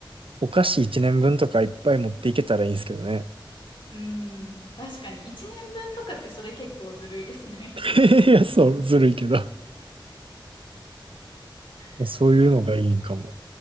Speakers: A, on the right; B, on the left.
A: お菓子1年分とかいっぱい持っていけたらいいんですけどね。
B: うん、確かに1年分とかってそれ結構ずるいですね。
A: <laughs> いや、そう、ずるいけど。
B: <laughs>
A: そういうのがいいんかも。
B: いや